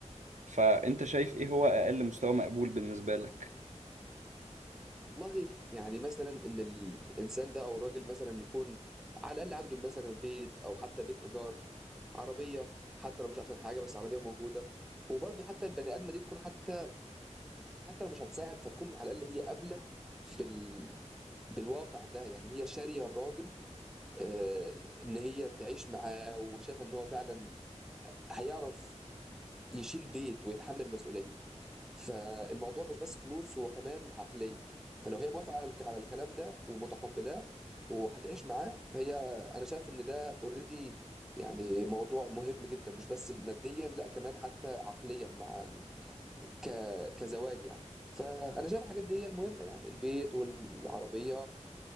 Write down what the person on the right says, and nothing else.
فانت شايف ايه هو اقل مستوى مقبول بالنسبه لك